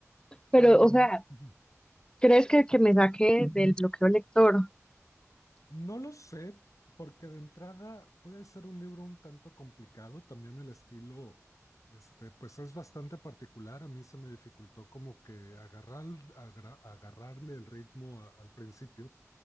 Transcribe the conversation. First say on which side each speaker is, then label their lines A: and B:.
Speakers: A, on the left; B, on the left.
A: Pero,
B: Am,
A: o sea,
B: <clears throat>
A: ¿crees que, que me saque del bloqueo lector?
B: no lo sé, porque de entrada puede ser un libro un tanto complicado, también el estilo, este, pues es bastante particular, a mí se me dificultó como que agarrar, agra- agarrarle el ritmo a- al principio,